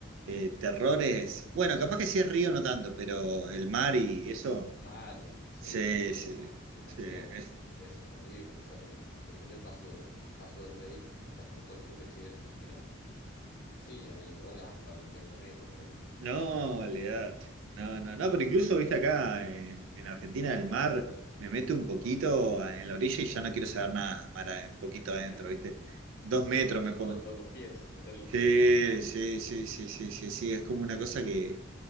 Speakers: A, on the right; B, on the left.
A: eh, terror es. Bueno, capaz que si es río no tanto, pero el mar y eso.
B: Mar, sí,
A: Se,
B: el mar profundo,
A: se,
B: me imagino,
A: se- es-
B: debe ser terrible. O sea, por, por ejemplo, el paso, paso de Drake, que está justo al sur de Chile y Argentina. Sí, hay olas hasta de 30 metros por allá. No,
A: no,
B: no, no. eh.
A: olvidate. No, no, no, pero incluso, viste, acá eh, en, Argentina el mar me mete un poquito a- en la orilla y ya no quiero saber nada, mar, a- un poquito
B: <laughs>
A: adentro, viste. Dos
B: Solo,
A: metros
B: solo
A: me pongo.
B: los, los- los pies, meter los
A: Sí,
B: pies nomás, nada más.
A: sí, sí, sí, sí, sí, sí, es como una cosa que.